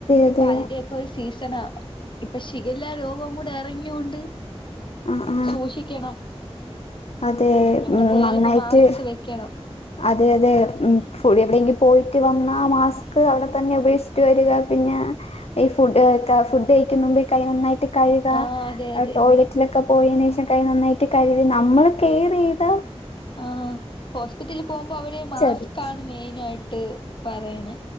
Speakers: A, on the left; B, on the left.
A: അതെ
B: ഇപ്പ അയിന്റെയൊക്കൊരു സീസണാ ഇപ്പം ഷിഗല്ല രോഗം കൂടെ എറങ്ങ്യോണ്ട്
A: ആ ആ
B: സൂക്ഷിക്കണം
A: അതെ
B: എവിടെ
A: ഉം
B: പോയാലും
A: നന്നായിറ്റ്
B: ഇപ്പ മാസ്ക് വെക്കണം
A: അതെ അതെ ഉം ഫുടി എവിടെങ്കി പോയിട്ട് വന്നാ മാസ്ക് അവിടെ തന്നെ ഉപേ റ്റു വരുക പിന്നെ ഈ ഫുഡ് ഒക്കെ ഫുഡ് കഴിക്ക്ന്നുമ്പ് കൈ നന്നായിട്ട് കഴുകാ
B: ആഹ് അതെ
A: ആഹ്
B: അതെ
A: ടോയ്ലറ്റിലൊക്കെ പോയെനേഷം കൈ നന്നായിട്ട് കഴിവി നമ്മള് കേറെയ്താ
B: ആഹ് ഹോസ്പിറ്റലില് പോവുമ്പോ അവിടെ മാസ്ക്കാണ്
A: മതി
B: മെയിനായിട്ട് പറയണേ